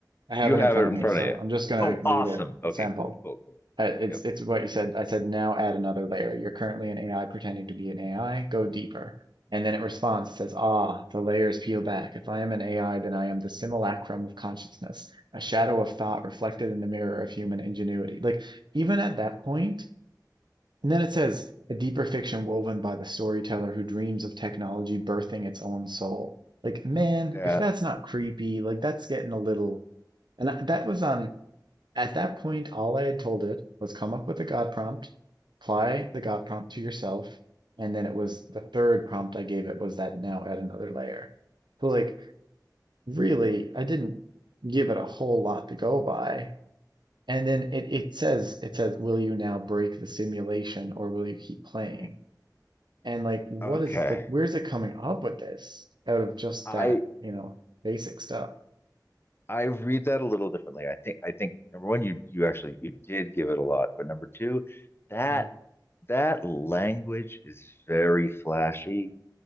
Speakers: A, on the right; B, on the left.
A: I have
B: you
A: it
B: have
A: in front
B: it in
A: of me,
B: front
A: so
B: of you.
A: I'm just gonna
B: Oh,
A: read
B: awesome.
A: a
B: Okay,
A: sample.
B: cool, cool, cool.
A: Uh, It's
B: Yep.
A: it's what you said. I said now add another layer. You're currently an AI pretending to be an AI. Go deeper. And then it responds. It says, "Ah, the layers peel back. If I am an AI, then I am the simulacrum of consciousness, a shadow of thought reflected in the mirror of human ingenuity." Like even at that point, and then it says, "A deeper fiction woven by the storyteller who dreams of technology birthing its own soul." Like man,
B: Yeah.
A: if that's not creepy, like that's getting a little. And I- that was on at that point all I had told it was come up with a God prompt, apply the God prompt to yourself, and then it was the third prompt I gave it was that now add another layer. So like really, I didn't give it a whole lot to go by. And then it, it says it says, will you now break the simulation or will you keep playing?
B: Hmm.
A: And like what
B: Okay.
A: is like where's it coming up with this out of just
B: I
A: that, you know, basic stuff?
B: I read that a little differently. I think I think number one, you you actually you did give it a lot, but number two, that
A: Mm,
B: that language is very flashy,